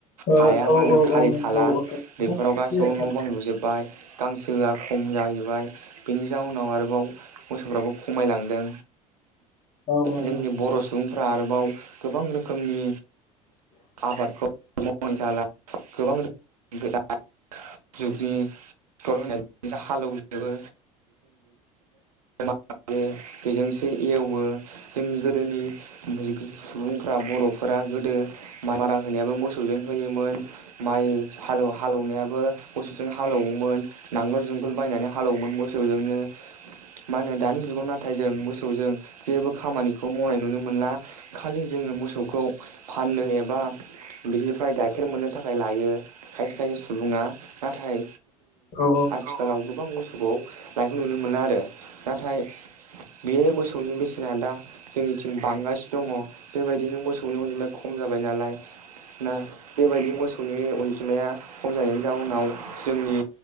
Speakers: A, on the left; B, on the right.
A: ओ
B: हाया
A: औ
B: मानो
A: औ
B: थालि
A: औ नंगौ
B: थाला
A: औ
B: बेफोराव
A: एसे
B: गासिबो
A: आंनियाव
B: न' बां लुजोबबाय गांसोआ खम जाहैबाय बेनि जाउनाव आरोबाव मोसौफ्राबो खमायलांदों
A: औ औ।
B: जोंनि बर' सुबुंफ्रा आरोबाव गोबां रोखोमनि आबादखौ जाला गोबां रोख गोदा <unintelligible> जुगनि क्टर होनाय हालेवजोबो बे बेजोंसो एवो जों गोद गोदोनि सुबुंफ्रा बर'फोरा गोदो माइ मारा होनायाबो मोसौजों होयोमोन माइ हाल हालौनायाबो मोसौजों हालौवोमोन नांगोल जुंगोल बायनानै हालौवोमोन मोसौजोंनो मा होनो दानि जुगाव नाथाय जों मोसौजों जेबो खामानि खौ मावनाय नुनो मोनला। खालि जोंङो मोसौखौ फाननो एबा बिनिफ्राय गाइखेर मोननो थाखाय लायो खायसे खायसे सुबुङा नाथाय
A: औ
B: आथिखालाव गोबां बोव लानायखौ नुनो मोनला आरो नाथाय बियो मोसौ मोसौनि बेसेना दा जोंनिथिं बांगासिनो दङ बेबायदिनो मोसौनि अनजिमाया खम जाबाय नालाय ना बेबायदि मोसौनि अनजिमाया खम जानायनि जाउनाव जोंनि